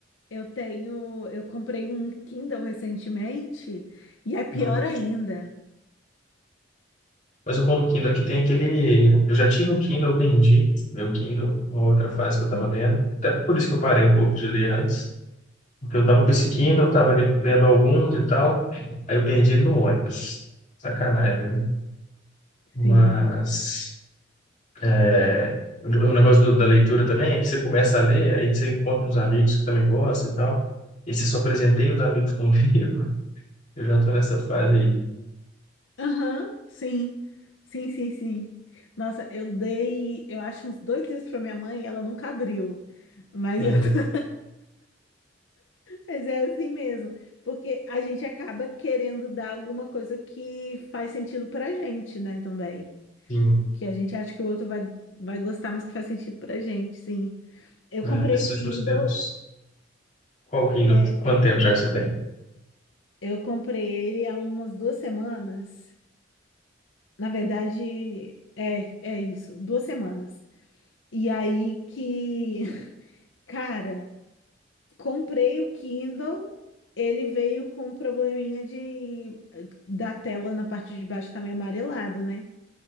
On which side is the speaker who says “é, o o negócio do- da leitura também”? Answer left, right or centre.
Left